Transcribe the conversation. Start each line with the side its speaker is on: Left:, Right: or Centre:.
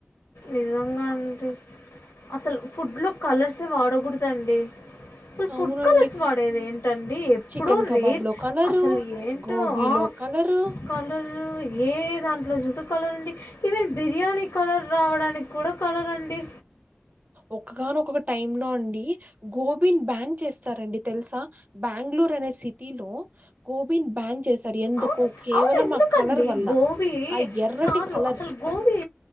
Left: నిజంగా అండి అసలు ఫుడ్ లో కలర్స్ <unintelligible> వాడకూడదండి అసలు
Right: అవునండి.
Left: ఫుడ్ కలర్స్ వాడేది ఏంటండి ఎప్పుడూ
Right: చికెన్ కబాబ్‌లో
Left: రేర్
Right: కలరు,
Left: అసలు ఏంటో
Right: గోబీలో
Left: ఆ
Right: కలరు.
Left: కలర్ ఏ దాంట్లో జుటు కలర్ ఉండి ఈవెన్ బిర్యానీ కలర్ రావడానికి కూడా కలరండి
Right: ఒగాన ఒకక్కొ టైమ్ లో అండి గోబిన్ బ్యాన్ చేస్తారంండి తెలుసా బెంగళూరు అనే సిటీలో గోబిన్ బ్యాన్ చేస్తారు ఎందుకు
Left: అవును
Right: కేవలం
Left: అవును ఎందుకండి
Right: ఆ కలర్ వల్ల.
Left: గోబీ
Right: ఆ ఎర్రటి
Left: కాదు
Right: కలర్.
Left: అసలు గోబీ